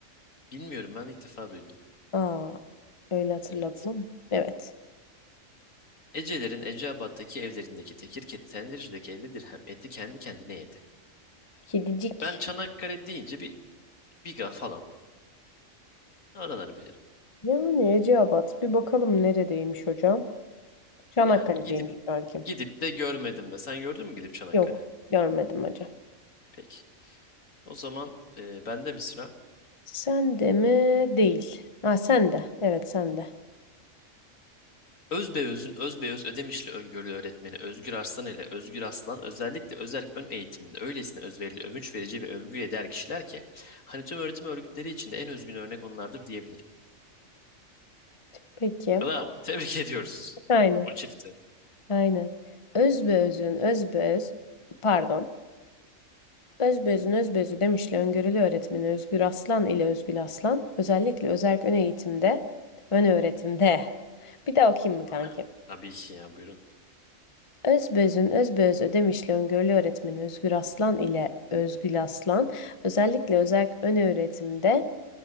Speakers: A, on the left (about 75°); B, on the left (about 25°).
A: bilmiyorum ben ilk defa duydum.
B: Aa, öyle hatırladım
A: Evet.
B: ama. Evet.
A: Ecelerin Eceabat'taki evlerindeki tekir kedi tendircideki 50 dirhem eti kendi kendine yedi.
B: Kedicik.
A: Ben Çanakkale deyince bir Biga falan araları bilirim.
B: Yani Eceabat, bir bakalım neredeymiş hocam. Çanakkale'deymiş
A: Yani gidip
B: kankim.
A: gidip de görmedim de. Sen gördün mü gidip Çanakkale?
B: Yok, görmedim hocam.
A: Hmm, peki. O zaman e, bende mi sıra?
B: Sen de mi? Değil. Ha sen de. Evet sen de.
A: Özbeöz'ün Özbeöz Ödemişli öngörülü öğretmeni Özgür Arslan ile Özgür Aslan özellikle özerk ön eğitimde öylesine özverili, övünç verici ve övgüye değer kişiler ki hani tüm öğretim örgütleri içinde en özgün örnek onlardır diyebilirim.
B: Peki.
A: Bravo. <laughs> Tebrik ediyoruz.
B: Aynen.
A: O çifti.
B: Aynen. Özbeözün özbeöz pardon. Özbeözün özbeözü demişle öngörülü öğretmeni Özgür Aslan ile Özgül Aslan özellikle özerk ön eğitimde ön öğretimde. <laughs> Bir daha okuyayım
A: Hmm,
B: mı kankim?
A: Tabii ki ya buyurun.
B: Özbeözün özbeöz ödemişli öngörülü öğretmeni Özgür Aslan ile Özgül Aslan özellikle özerk ön öğretimde